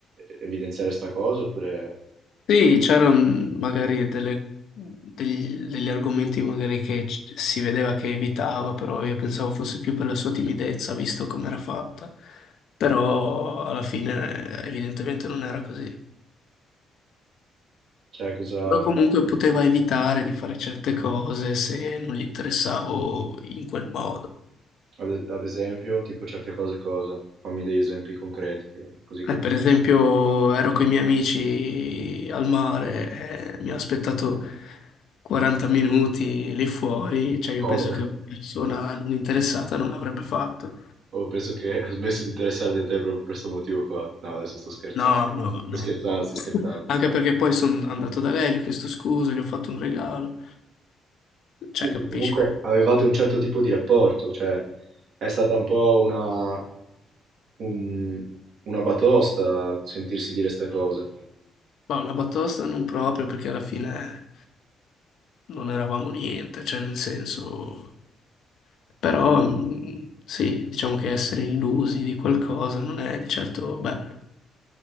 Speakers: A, on the right; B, on the left.
A: evidenziare sta cosa? Oppure,
B: Sì, c'erano magari delle- degli, degli argomenti magari che c- si vedeva che evitava, però io pensavo fosse più per la sua timidezza, visto come era fatta. Però alla fine eh, evidentemente non era così.
A: cioè, cosa,
B: Però comunque poteva evitare di fare certe cose se non gli interessavo in quel modo.
A: ad, ad esempio, tipo certe cose cosa? Fammi degli esempi concreti, che- così
B: Eh,
A: capisco.
B: per esempio, ero con i miei amici al mare, eh, mi ha aspettato 40 minuti lì fuori, cioè io
A: Povera.
B: penso che una persona non interessata non l'avrebbe fatto.
A: Oh, penso che ha smesso di interessarti a te proprio per questo motivo qua. No, adesso sto scherzando.
B: No, no, no.
A: Sto scherzando, sto scherzando.
B: Anche perché poi sono andato da lei, gli ho chiesto scusa, gli ho fatto un regalo. Cioè,
A: Sì,
B: capisci?
A: sì, comunque avevate un certo tipo di rapporto, cioè è stata un po' una, un- una batosta sentirsi dire sta cosa.
B: Ma una batosta non proprio, perché alla fine non eravamo niente, cioè nel senso... Però mh, sì, diciamo che essere illusi di qualcosa non è di certo bello.